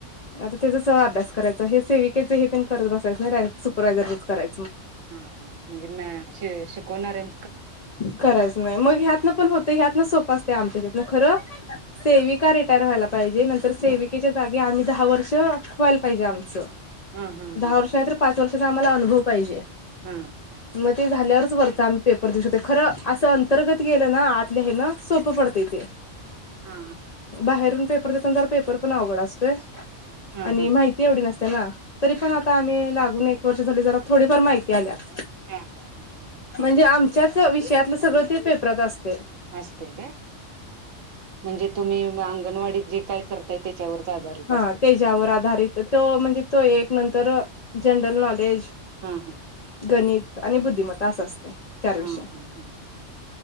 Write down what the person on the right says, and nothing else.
हा हा. म्हणजे मॅ श शिकवणाऱ्यां
हा हा
हा
हा
हा
हा
हा
हा हा हा.
असतय काय? म्हणजे तुम्ही अंगणवाडीत जे काय करताय त्याच्यावरच आधारित
असते
हा हा.
हा
हा ह